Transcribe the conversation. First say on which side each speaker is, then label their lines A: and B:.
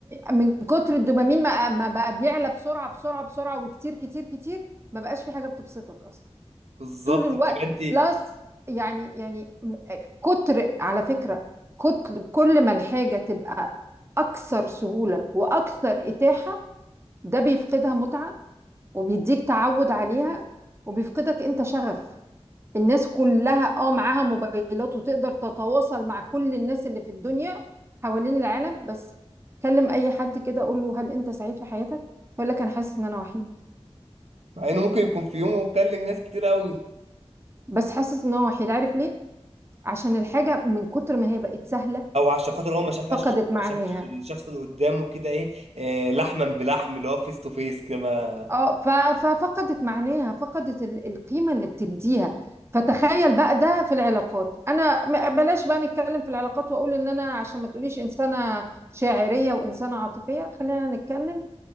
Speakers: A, on the right; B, on the right.
A: من كتر الدوبامين ما ما بقى بيعلى بسرعة بسرعة بسرعة وكتير كتير كتير ما بقاش في حاجة بتبسطك أصلا
B: بالظبط
A: طول الوقت
B: بتبقى انت
A: بلس يعني يعني م- كتر على فكرة كتر كل ما الحاجة تبقى أكثر سهولة وأكثر إتاحة ده بيفقدها متعة وبيديك تعود عليها وبيفقدك أنت شغف الناس كلها اه معاها موبايلات وتقدر تتواصل مع كل الناس اللي في الدنيا حوالين العالم بس كلم أي حد كده قول له هل أنت سعيد في حياتك؟ يقول لك أنا حاسس إن أنا وحيد
B: مع انه ممكن يكون في يومه مكلم ناس كتير قوي
A: بس حاسس إن هو وحيد عارف ليه؟ عشان الحاجة من كتر ما هي بقت سهلة
B: او عشان خاطر هو ما شافهاش
A: فقدت معناها
B: ما شافش الشخص اللي قدامه كده ايه آه لحما بلحم اللي هو فيس تو فيس كما
A: اه ف- ففقدت معناها فقدت ال- القيمة اللي بتديها فتخيل بقى ده في العلاقات انا م- بلاش بقى نتكلم في العلاقات واقول ان انا عشان ما تقوليش انسانة شاعرية وانسانة عاطفية خلينا نتكلم